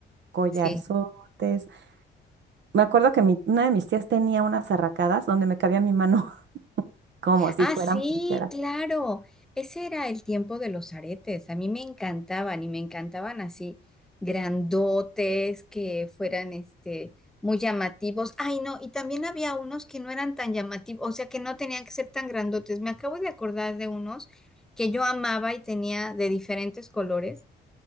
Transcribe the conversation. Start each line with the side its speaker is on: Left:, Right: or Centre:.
Right: Collarzotes.
Centre: Sí.
Right: Me acuerdo que mi- una de mis tías tenía unas arracadas donde me cabía mi mano <laughs> como si
Centre: Ah,
Right: fueran
Centre: sí,
Right: pulseras.
Centre: claro. Ese era el tiempo de los aretes. A mí me encantaban y me encantaban así grandotes que fueran este muy llamativos. Ay, no, y también había unos que no eran tan llamativos, o sea, que no tenían que ser tan grandotes. Me acabo de acordar de unos que yo amaba y tenía de diferentes colores,